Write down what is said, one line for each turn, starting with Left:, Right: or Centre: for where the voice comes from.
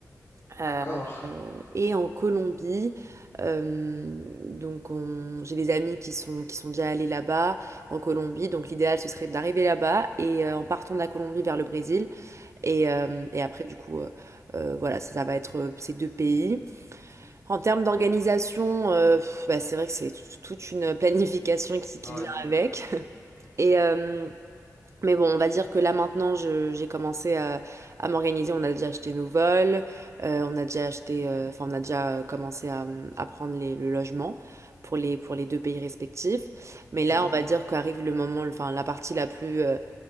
Right: euh,
Left: D'accord.
Right: euh, et en Colombie. Euh, donc on- j'ai des amis qui sont, qui sont déjà allés là-bas en Colombie. Donc l'idéal, ce serait d'arriver là-bas et euh, en partant de la Colombie vers le Brésil. Et, euh, et après, du coup, euh, euh, voilà, ça, ça va être euh, ces deux pays. En termes d'organisation, euh, pff, bah, c'est vrai que c'est tout- toute une planification qui, qui
Left: Ouais.
Right: vient avec. <laughs> Et, euh, mais bon, on va dire que là maintenant, je- j'ai commencé à, à m'organiser. On a déjà acheté nos vols, euh, on a déjà acheté, euh, enfin, on a déjà euh, commencé à, hum, à prendre les, le logement pour les, pour les deux pays respectifs. Mais là,
Left: Mhm.
Right: on va dire qu'arrive le moment, enfin, la partie la plus, euh,